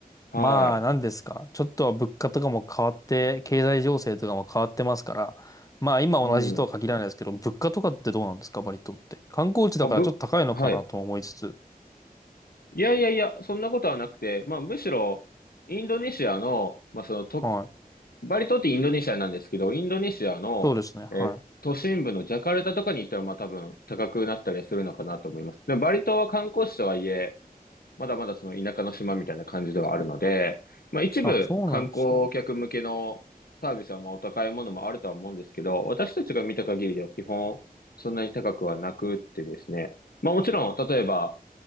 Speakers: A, on the left (about 75°); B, on the left (about 20°).
A: は
B: まあ、なんですか。ちょっとは物価とかも変わって、経済情勢とかも変わってますから、まあ今同じとは限らないですけど、
A: い。うん。
B: 物価とかってどうなんですかバリ島って。観光地だからちょっと高いのかなと思いつつ。
A: あ、ぶ、はい。いやいやいや、そんなことはなくて、まあむしろ、インドネシアの、まあそのと、
B: はい。
A: バリ島ってインドネシアなんですけど、インドネシアの、
B: そうですね。
A: えー都心部のジャカルタとかに行ったら、
B: はい。
A: まあ多分高くなったりはするのかなと思います。でもバリ島は観光地とはいえ、まだまだその田舎の島みたいな感じではあるので、まあ一部観光客向けのサービスはまあお高いものもあるとは思うんですけど、
B: あ、そうなんですね。
A: 私たちが見た限りでは基本そんなに高くはなくってですね。まあもちろん、例えば、